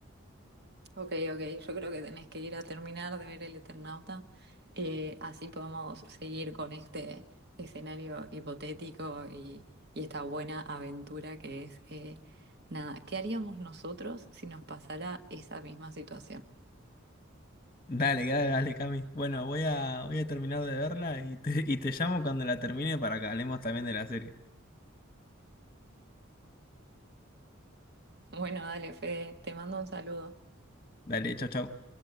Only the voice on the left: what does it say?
Dale, dale, dale, Cami. Bueno, voy a, voy a terminar de verla y te, y te llamo cuando la termine para que hablemos también de la serie.
Dale, chau, chau.